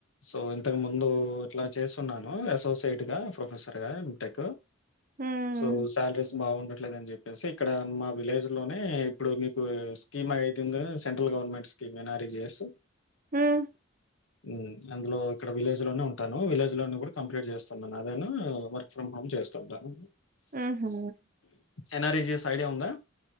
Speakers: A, on the left; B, on the right.
A: సో ఇంతకు ముందు ఇట్లా చేస్తున్నాను అసోసియేట్ గా ప్రొఫెసర్ గా ఎం టెక్
B: హ్మ్.
A: సో సాలరీస్ బాగుండట్ లేదని చెప్పేసి ఇక్కడ మా విలేజ్ లోనే ఇప్పుడు మీకు స్కీమ్ అ అయితుంది సెంట్రల్ గవర్నమెంట్ స్కీమ్ <unintelligible>
B: హుమ్
A: ఉమ్ అందులో ఇక్కడ విలేజ్ లోనే ఉంటాను విలేజ్ లో కూడా కంప్లీట్ చేస్తున్నాను అదేనా వర్క్ ఫ్రమ్ హోమ్ చేస్తుంటాను
B: ఉహూ
A: ఎన్ఆర్‌ఈజీఎస్ ఐడియా ఉందా